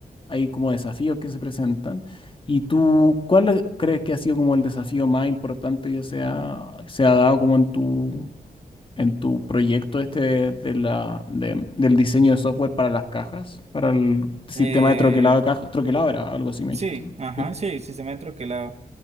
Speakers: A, on the left; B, on the right.
A: hay como desafíos que se presentan. ¿Y tú cuál es- crees que ha sido como el desafío más importante que se ha, se ha dado como en tu, en tu proyecto este de la, de- del diseño de software para las cajas, para el sistema
B: Eh,
A: de troquelado de cajas? Troquelado era algo así, me
B: Sí,
A: dijiste, ¿no?
B: ajá,
A: Sí.
B: sí, el sistema de troquelado.